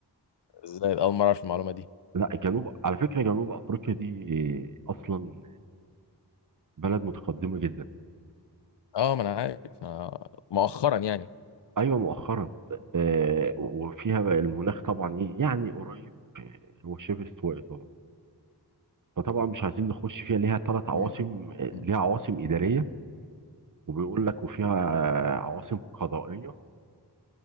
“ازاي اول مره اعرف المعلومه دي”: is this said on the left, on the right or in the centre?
Left